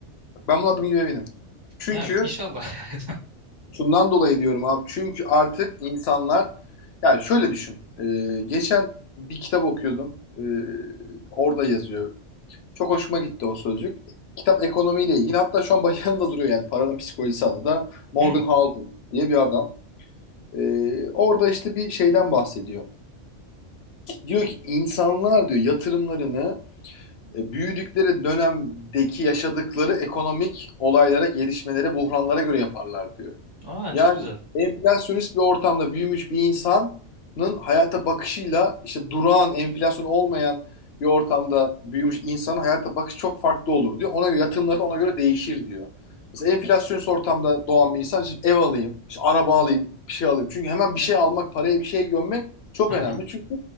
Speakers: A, on the left; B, on the right.
A: Bak, ben bunun adım gibi eminim. Çünkü
B: Ya inşallah. <laughs>
A: şundan dolayı diyorum abi. Çünkü artık insanlar yani şöyle düşün. Ee, geçen bir kitap okuyordum. Ee, orada yazıyor. Çok hoşuma gitti o sözcük. Kitap ekonomiyle ilgili. Hatta şu an başında duruyor yani. Paranın Psikolojisi adı da Morgan
B: Hmm.
A: Housel diye bir adam. Ee, orada işte bir şeyden bahsediyor. Diyor ki insanlar diyor yatırımlarını e, büyüdükleri dönemdeki yaşadıkları ekonomik olaylara, gelişmelere, buhranlara göre yaparlar diyor.
B: Aa
A: Yani
B: çok güzel.
A: enflasyonist bir ortamda büyümüş bir insanın hayata bakışıyla işte durağan, enflasyon olmayan bir ortamda büyümüş insanın hayata bakışı çok farklı olur diyor. Ona göre yatırımları da ona göre değişir diyor. Mesela enflasyonist ortamda doğan bir insan işte ev alayım, işte araba alayım, bir şey alayım. Çünkü hemen bir şey almak, paraya bir şey gömmek çok
B: Hı
A: önemli.
B: hı.
A: Çünkü